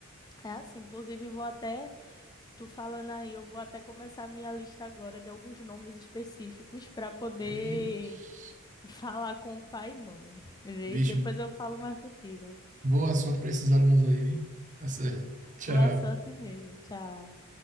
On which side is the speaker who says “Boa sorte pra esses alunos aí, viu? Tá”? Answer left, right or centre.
Right